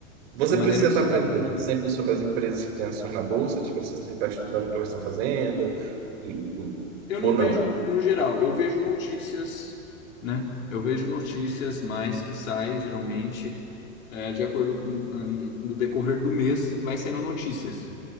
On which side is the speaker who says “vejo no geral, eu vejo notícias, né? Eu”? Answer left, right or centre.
Left